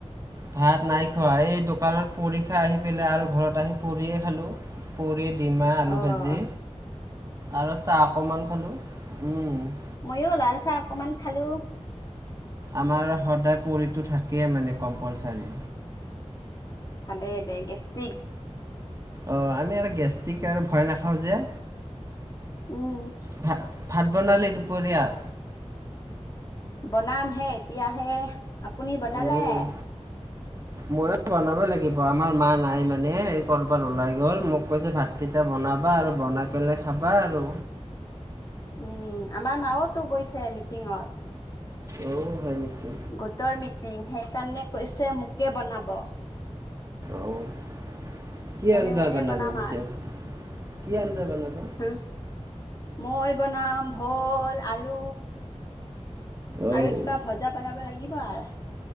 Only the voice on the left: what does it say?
অ'
মইও লাল চাহ অকমান খালোঁ।
ভালেই দে, গেষ্টিক
উম।
বনাম হে। তেতিয়াহে, আপুনি বনালে?
উম, আমাৰ মাওতো গৈছে মিটিঙত
গোটৰ মিটিং সেইকাৰণে কৈছে মোকে বনাব
সেইকাৰণে
ময়ে
বনাম
আৰ। মই বনাম ভোল, আলু
আৰু কিবা ভজা বনাব লাগিব আৰ